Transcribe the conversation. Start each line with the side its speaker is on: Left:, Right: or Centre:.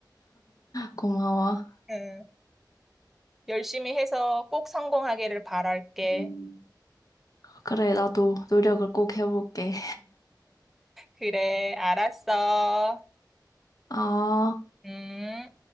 Left: 고마워.
Centre: 응. 열심히 해서 꼭 성공하기를 바랄게.
Left: 음. 그래, 나도 노력을 꼭 해볼게.
Centre: 그래, 알았어.
Left: 아.
Centre: 음.